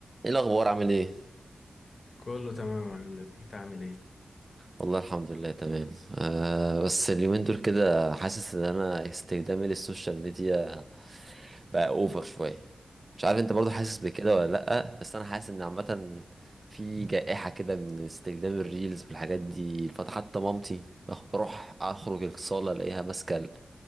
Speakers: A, on the right; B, on the left.
A: ايه الاخبار عامل ايه
B: كله تمام يا معلم انت عامل ايه
A: والله الحمد لله تمام آه بس اليومين دول كده حاسس ان انا استخدامي للسوشيال ميديا بقى اوفر شويه مش عارف انت برضو حاسس بكده ولا لا بس انا حاسس ان عامه في جائحه كده من استخدام الريلز والحاجات دي فحتى مامتي بخ- بروح اخرج الصاله الاقيها ماسكه